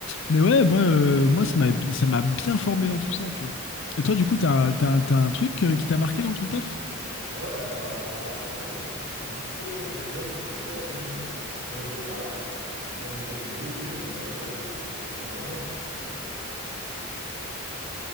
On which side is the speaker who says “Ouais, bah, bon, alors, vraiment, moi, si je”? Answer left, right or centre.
Right